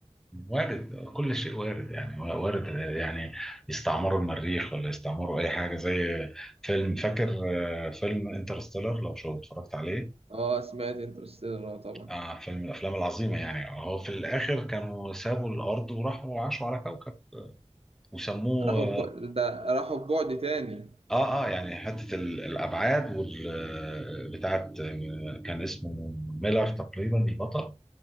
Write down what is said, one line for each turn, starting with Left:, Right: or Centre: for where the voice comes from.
Centre: وارد كل شيء وارد يعني وارد آه، يعني يستعمروا المريخ ولا يستعمروا اي حاجه زي فيلم فاكر آه، فيلم انترستيلر لو شو اتفرجت عليه
Right: اه سمعت انترستيلر اه طبعا
Centre: آه فيلم من الافلام العظيمه يعني هو في الاخر كانوا سابوا الارض وراحوا عاشوا على كوكب وسموه
Right: راحوا في بعد ده راحوا في بعد تاني
Centre: اه اه آه، يعني حته ال- الابعاد وال آه، بتاعت آه، كان اسمه ميلر تقريبا البطل